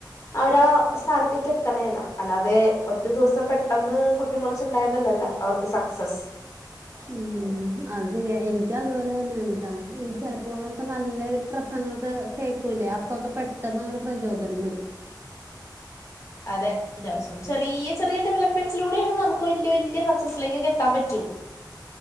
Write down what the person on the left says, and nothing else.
അവരാ സ്ഥാനത്തേക്ക് എത്തണേല്ല അല്ലാതെ ഒറ്റ ദിവസം പെട്ടെന്ന് പൊട്ടിമുളച്ചുണ്ടായതല്ലല്ല അവർക്ക് സക്സസ്
അതെ ദിവസം ചെറിയ ചെറിയ ഡെവലപ്മെന്റ്സിലൂടെയ നമുക്ക് വലിയ വലിയ സക്സിലേക്ക് എത്താൻ പറ്റു